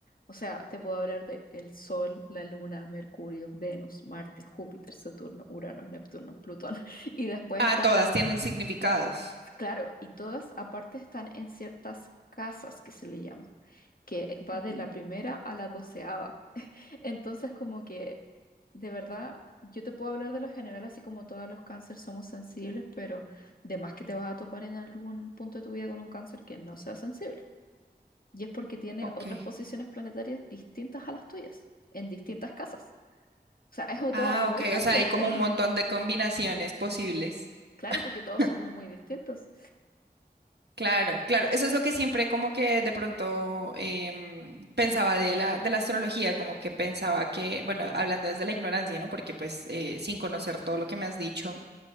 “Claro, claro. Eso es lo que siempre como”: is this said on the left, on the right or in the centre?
Right